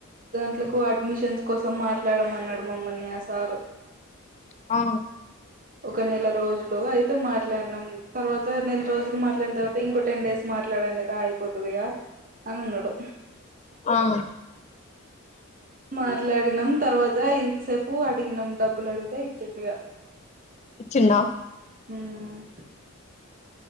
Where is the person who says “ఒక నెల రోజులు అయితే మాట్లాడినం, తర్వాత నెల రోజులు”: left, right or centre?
Right